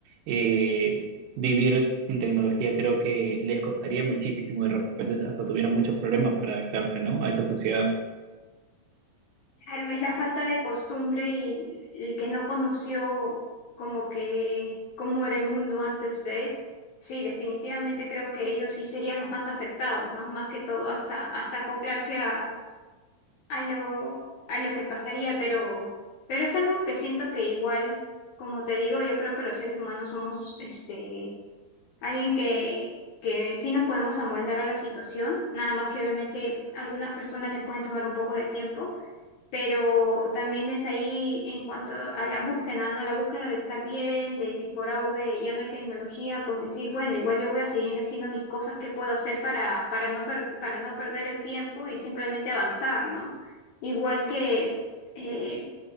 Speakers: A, on the right; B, on the left.
A: Eh, vivir sin tecnología creo que les costaría muchísimo, de repente hasta tuvieran muchos problemas para adaptarse, ¿no? A esa sociedad.
B: Claro, es la falta de costumbre y el que no conoció como que cómo era el mundo antes de. Sí, definitivamente creo que ellos sí serían los más afectados, ¿no? Más que todo hasta, hasta acoplarse a, a lo, a lo que pasaría, pero, pero es algo que siento que igual, como te digo, yo creo que los seres humanos somos este alguien que, que sí nos podemos amoldar a la situación, nada más que obviamente algunas personas les pueden tomar un poco de tiempo pero también es ahí en cuanto a la búsqueda, ¿no? La búsqueda de estar bien, de si por A o B ya no hay tecnología, pues decir, bueno, igual yo voy a seguir haciendo mis cosas que puedo hacer para, para no per- para no perder el tiempo y simplemente avanzar, ¿no? Igual que, eh,